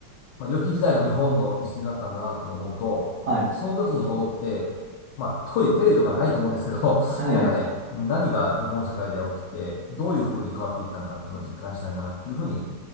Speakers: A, on the left (about 80°); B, on the right (about 80°).
A: まあ良き時代の日本の礎になったなって思うと、
B: はい、
A: その時に戻って、まあ当時テレビとかないと思うんですけど、<laughs>
B: はい、
A: なんかね、
B: ええ
A: 何が日本社会で起きて、どういう風に変わっていったのかっていうのを実感したいなっていうふうに